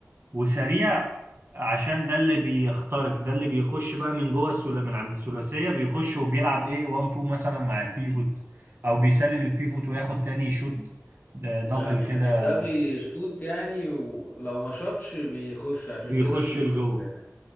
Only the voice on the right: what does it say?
وسريع عشان ده اللي بيخترق ده اللي بيخش بقى من جوه السلا من عند الثلاثية بيخش وبيلعب ايه 1 2 مثلا مع البيفوت او بيسلم البيفوت وياخد تاني شوت دبل
كده
بيخش
لجوه